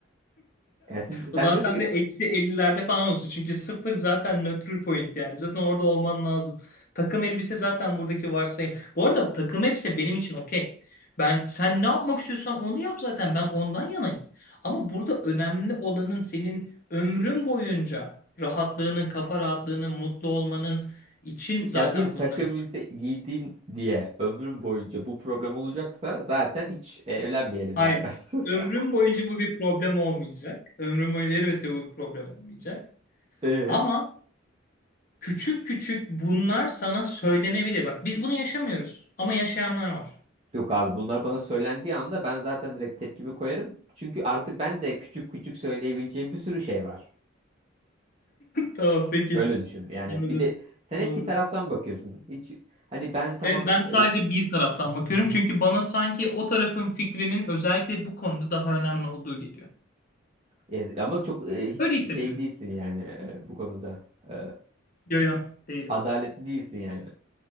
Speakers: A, on the right; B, on the left.
A: Yani siz
B: O
A: sen
B: zaman
A: diyorsun
B: sen
A: ki
B: de eksi 50'lerde falan olsun. Çünkü sıfır zaten nötr point yani. Zaten orada olman lazım. Takım elbise zaten buradaki varsayım. Bu arada takım elbise benim için okey. Ben sen ne yapmak istiyorsan onu yap zaten. Ben ondan yanayım. Ama burada önemli olanın senin ömrün boyunca rahatlığının, kafa rahatlığının, mutlu olmanın için zaten
A: ya bir takım
B: bunları.
A: elbise giydim diye ömrüm boyunca bu problem olacaksa zaten hiç e, evlenmeyelim
B: Hayır.
A: yani. <laughs>
B: Ömrüm boyunca bu bir problem olmayacak. Ömrüm boyunca elbette bu bir problem olmayacak.
A: Ee?
B: Ama Küçük küçük bunlar sana söylenebilir. Bak biz bunu yaşamıyoruz ama yaşayanlar var.
A: Yok abi bunlar bana söylendiği anda ben zaten direkt tepkimi koyarım. Çünkü artık ben de küçük küçük söyleyebileceğim bir sürü şey var.
B: Tamam peki.
A: Öyle düşün yani
B: Anladım.
A: bir de sen
B: Anladım.
A: hep bir taraftan bakıyorsun. Hiç Hani ben tamam
B: Evet ben sadece
A: e,
B: bir taraftan bakıyorum çünkü bana sanki o tarafın fikrinin özellikle bu konuda daha önemli olduğu geliyor.
A: Ya- Ama çok e, hiç
B: Öyle hissediyorum.
A: şey değilsin yani e, bu konuda. E,
B: Yo yo değilim.
A: adaletli değilsin yani.